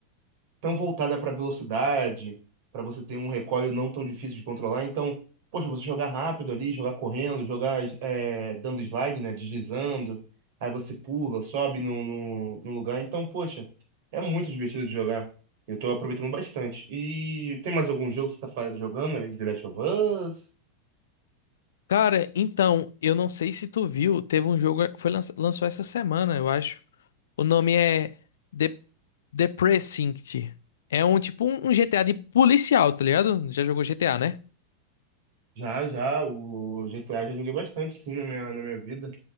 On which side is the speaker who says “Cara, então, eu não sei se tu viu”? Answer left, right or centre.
Left